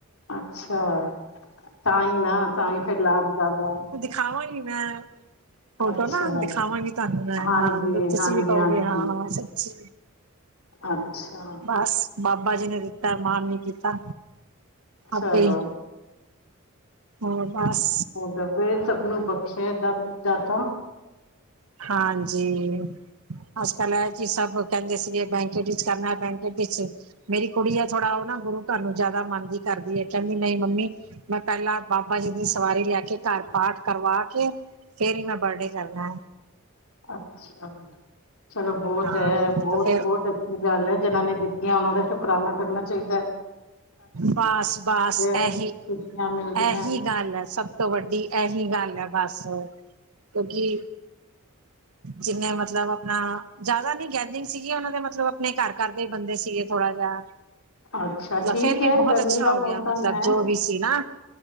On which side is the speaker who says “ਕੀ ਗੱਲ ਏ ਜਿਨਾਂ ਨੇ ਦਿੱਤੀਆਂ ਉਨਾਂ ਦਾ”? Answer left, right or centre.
Left